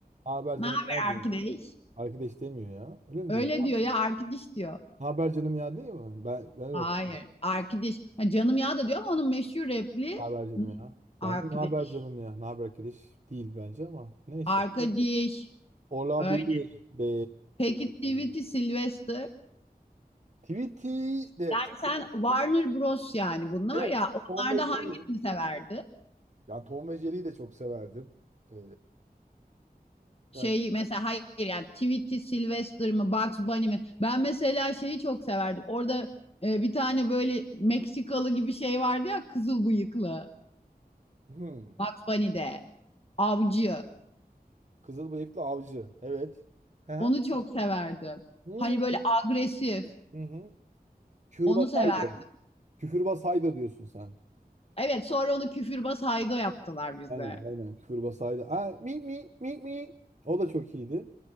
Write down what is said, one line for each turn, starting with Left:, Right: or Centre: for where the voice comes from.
Right: Ne haber
Left: Ne
Right: canım
Left: haber
Right: ya diyor.
Left: arkadaş?
Right: Arkadaş demiyor ya. Öyle mi
Left: Öyle
Right: diyor?
Left: diyor ya arkadaş diyor.
Right: Ne haber canım ya değil mi? Ben, ben öyle
Left: Hayır.
Right: hatırlıyorum.
Left: Arkadaş. Ha, canım ya da diyor ama onun meşhur repliği
Right: Ne haber canım ya?
Left: arkadaş.
Right: Bence ne haber canım ya? Ne haber arkadaş? Değil bence ama neyse.
Left: Arkadaş.
Right: Olabilir
Left: Öyle.
Right: be.
Left: Peki Tweety Sylvester.
Right: Tweety de
Left: Yani sen Warner Bros yani bunlar
Right: evet
Left: ya. Onlarda
Right: Tom ve Jerry.
Left: hangisini severdi?
Right: Yani Tom ve Jerry'yi de çok severdim. Ee,
Left: Şey
Right: yani
Left: mesela hayır yani Tweety Sylvester mı Bugs Bunny mi? Ben mesela şeyi çok severdim. Orada e, bir tane böyle Meksikalı gibi şey vardı ya kızıl bıyıklı.
Right: hmm,
Left: Bugs Bunny'de. Avcı.
Right: Kızıl bıyıklı avcı. Evet. Hı hı.
Left: Onu çok severdim.
Right: Hmm.
Left: Hani böyle agresif.
Right: Hı hı. Küfürbaz
Left: Onu severdim.
Right: Haydo. Küfürbaz Haydo diyorsun sen.
Left: Evet sonra onu küfürbaz Haydo yaptılar bize.
Right: Aynen aynen küfür basaydı. Ha, mi mi mi mi. O da çok iyiydi.